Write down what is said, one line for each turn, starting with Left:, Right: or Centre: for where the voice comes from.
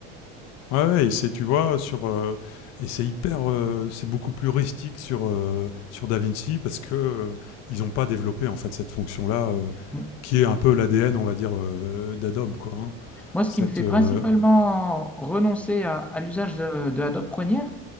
Left: ouais, ouais, et c'est tu vois sur euh, et c'est hyper euh, c'est beaucoup plus rustique sur euh, sur DaVinci parce que euh, ils n'ont pas développé en fait cette fonction là
Centre: Mo-
Left: qui est un peu l'ADN on va dire euh, d'Adobe quoi hein.
Centre: Moi, ce
Left: cette
Centre: qui me fait
Left: euh,
Centre: principalement renoncer à, à l'usage de, de Adobe Premiere,